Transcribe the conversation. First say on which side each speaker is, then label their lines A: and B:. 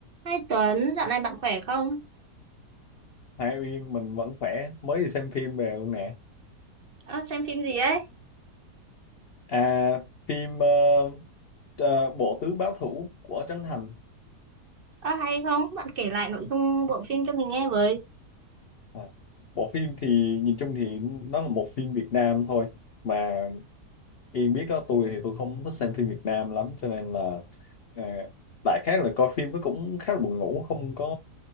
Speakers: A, on the right; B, on the left.
A: Hai Tuấn, dạo này bạn khỏe không?
B: hai Uyên mình vẫn khỏe mới đi xem phim về luôn nè
A: Ơ, xem phim gì ấy?
B: à phim ờ, ờ, Bộ Tứ Báo Thủ của Trấn Thành
A: Ờ hay không? Bạn kể lại nội dung bộ phim cho mình nghe với.
B: à, bộ phim thì nhìn chung thì nó là một phim Việt Nam thôi mà Yên biết đó tôi thì tôi không thích xem phim Việt Nam lắm cho nên là ờ, đại khái là coi phim nó cũng khá là buồn ngủ không có